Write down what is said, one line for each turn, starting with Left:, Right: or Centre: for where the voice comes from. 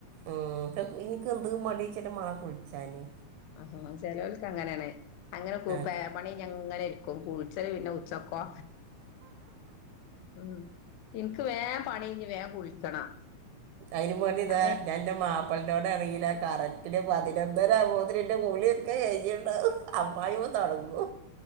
Right: ഉം എനിക്ക് എന്ത് മടി ചിട്ട മേളം കുളിച്ചാന്
Left: ആഹ ചെലവൽക്ക് അങ്ങനെയാണ് അങ്ങനെ കൂ
Right: ആ
Left: പണി ഞങ്ങനെ ക്കും കുളിച്ചലുല്ല ഉച്ചക്കോ ഉം എനിക്ക് വേം പണിഞ് വേം കുളിക്കണം
Right: അതിന് മോന് ഇതാ
Left: ഞാന്
Right: ഞാൻ എന്റെ മാപ്പിളിനോട് ആണെങ്കില കറ പിന്നെ പതിനൊന്നര ആകുമ്പോതിന് എന്റെ കുളിയൊക്കെ കഴിഞ്ഞിണ്ടാവും അമ്മായിയമ്മ തൊടങ്ങൂ